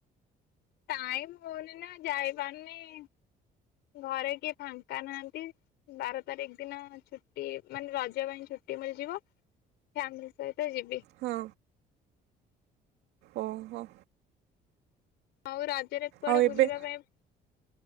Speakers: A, on the left; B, on the right.
A: ଟାଇମ୍ ହଉନିନା ଯାଇପାରୁନି ଘରେ କିଏ ଫାଙ୍କା ନାହାନ୍ତି। ବାର ତାରିଖ ଦିନ ଛୁଟି ମାନେ ରଜ ପାଇଁ ଛୁଟି ମିଳିଯିବ। ଫ୍ୟାମିଲି ସହିତ ଯିବି।
B: ହଁ। ଓ ହୋ।
A: ଆଉ ରାଜରେ କୁଆଡେ
B: ଆଉ ଏବେ
A: ବୁଲିବା ପାଇଁ